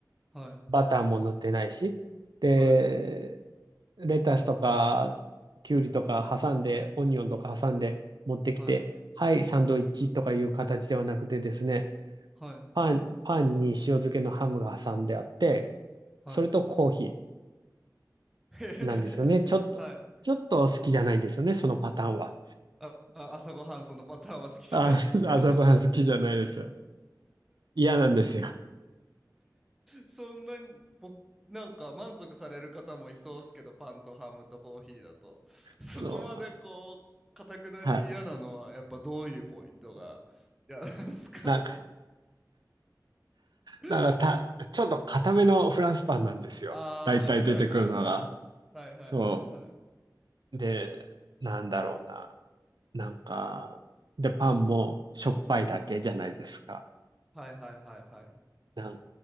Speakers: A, in the centre; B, on the right.
A: はい。
B: バターも塗ってないし、で、
A: はい。
B: レタスとか、キュウリとか挟んで、オニオンとか挟んで持ってきて、
A: はい。
B: はい、サンドイッチとかいう形ではなくてですね、
A: はい。
B: パン、パンに塩漬けのハムが挟んであって、
A: はい。
B: それとコーヒ
A: <laughs> へへへへはい。
B: ーなんですよね。ちょっと、ちょっと好きじゃないんですよね、そのパターンは。
A: あ、あ朝ごはんそのパターンは好きじゃないですね
B: あ、<laughs> あそこは好きじゃないです。
A: <laughs>
B: 嫌なんですよ。
A: そんなに、僕、なんか満足される方もいそうですけど、パンとハムとコーヒーだと。そこまでこう、
B: そう。
A: かたくなに嫌なのは、
B: はい。
A: やっぱどういうポイントが嫌なんですか
B: なんか、
A: <laughs>
B: なんかた、ちょっと固めのフランスパンなんですよ。
A: ああー、
B: 大体出てくるのが。
A: はいはいはいはい。はいはいはいはい。
B: そう。で、なんだろうな。なんか、で、パンもしょっぱいだけじゃないですか。
A: うんはいはいはいはい。
B: なん